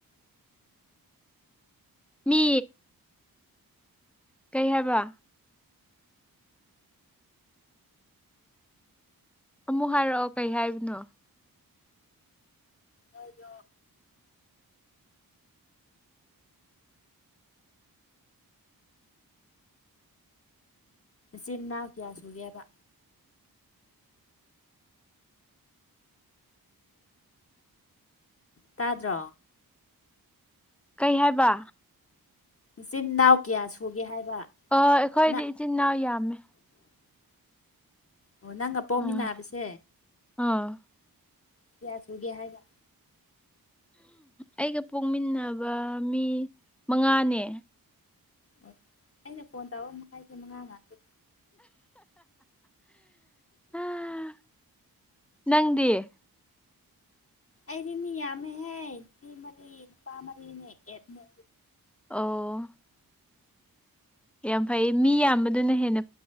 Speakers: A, in the centre; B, on the left.
A: ꯃꯤ ꯀꯩ ꯍꯥꯏꯕ ꯑꯃꯨꯛ ꯍꯥꯏꯔꯛꯑꯣ ꯀꯩ ꯍꯥꯏꯕꯅꯣ
B: ꯍꯣꯏꯗꯣ ꯆꯤꯟꯅꯥ ꯀꯌꯥꯁꯒꯦꯔ ꯇꯥꯗ꯭ꯔꯣ
A: ꯀꯩ ꯍꯥꯏꯕ
B: ꯏꯆꯤꯟ ꯏꯅꯥꯎ ꯀꯌꯥ ꯁꯨꯒꯦ ꯍꯥꯏꯕ
A: ꯑ ꯑꯩꯈꯣꯏꯗꯤ
B: ꯅꯪ
A: ꯏꯆꯤꯟ ꯏꯅꯥꯎ ꯌꯥꯝꯃꯦ
B: ꯑꯣ ꯅꯪꯒ ꯄꯣꯛꯃꯤꯟꯅꯕꯁꯦ
A: ꯑꯥ ꯑꯥ
B: ꯀꯌꯥ ꯁꯨꯒꯦ ꯍꯥꯏꯕ
A: ꯑꯩꯒ ꯄꯣꯛꯃꯤꯟꯅꯕ ꯃꯤ ꯃꯉꯥꯅꯦ
B: ꯑꯣ ꯑꯩꯅ ꯐꯣꯟ ꯇꯥꯔ ꯃꯈꯥꯏꯁꯦ ꯃꯉꯥ ꯉꯥꯛꯇ
A: ꯎꯝ ꯅꯪꯗꯦ
B: ꯑꯩꯗꯤ ꯃꯤ ꯌꯥꯝꯃꯦꯍꯦ ꯅꯨꯄꯤ ꯃꯔꯤ ꯅꯨꯄꯥ ꯃꯔꯤꯅꯦ ꯑꯦꯠꯃꯦ
A: ꯑꯣ ꯌꯥꯝ ꯐꯩ ꯃꯤ ꯌꯥꯝꯕꯗꯨꯅ ꯍꯦꯟꯅ